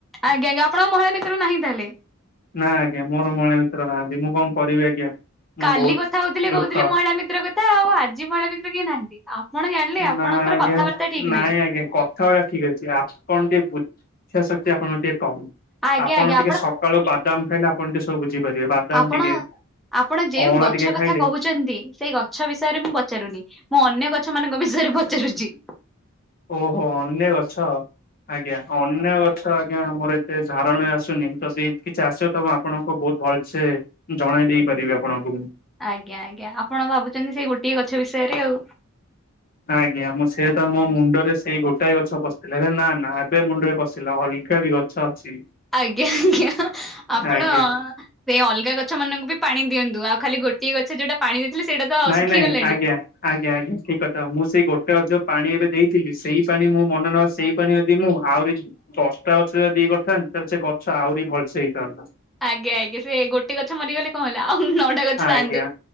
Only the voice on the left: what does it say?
ନା ଆଜ୍ଞା ମୋର ମହିଳା ମିତ୍ର ନାହାଁନ୍ତି। ଯିଏ ମୁଁ କଣ କରିବି ଆଜ୍ଞା? ମୁଁ
ବହୁତ
ଦୁଃଖ
ନାଁ ଆଜ୍ଞା
ନାଇଁ
ଆଜ୍ଞା କଥାବାର୍ତ୍ତା ଠିକ୍ ଅଛି। ଆପଣ ଟିକେ ବୁଝ ବୁଝିବା ଶକ୍ତି ଆପଣଙ୍କର ଟିକେ କମ୍।
ଆପଣ
ଟିକେ ସକାଳୁ ବାଦାମ ଖାଇଲେ ଆପଣ ଟିକେ ସବୁ ବୁଝିପାରିବେ ବାଦାମ
ଟିକେ
ଅଁଳା
ଟିକେ ଖାଇଲେ
ଓହୋ ଅନ୍ୟ ଗଛ ଆଜ୍ଞା ଅନ୍ୟ ଗଛ ଆଜ୍ଞା ଆମର ଏତେ ଝରଣା ଆସୁ ନି ଯଦି କିଛି ଆସିବ ତ ମୁଁ ଆପଣଙ୍କୁ ବହୁତ ଭଲସେ ଜଣେଇ ଦେଇ ପାରିବି ଆପଣଙ୍କୁ।
ଆଜ୍ଞା ମୁଁ ସେଇଆ ତ ମୋ ମୁଣ୍ଡରେ ସେଇ ଗୋଟାଏ ଗଛ ପଶଥିଲା ହେରେ ନା ନା ଏବେ ମୁଣ୍ଡରେ ପଶିଲା ଅଲ ଶିକାରି ଗଛ ଅଛି।
ଆଜ୍ଞା
ନାଇଁ
ନାଇଁ ଆଜ୍ଞା ଆଜ୍ଞା ଆଜ୍ଞା ଠିକ କଥା, ମୁଁ ସେଇ ଗୋଟ ଟେ ଗଛ ପାଣି ଏବେ ଦେଇଥିଲି ସେଇ ପାଣି ମୁଁ ମନେ ନ ସେଇ ପାଣି ଯଦି ମୁଁ ଆହୁରି ଦଶଟା ଗଛ ଯଦି ଇଏ କରିଥାନ୍ତି, ତାହେଲେ ସେ ଗଛ ଆହୁରି ଭଲସେ ହେଇଥାନ୍ତା।
ଆଜ୍ଞା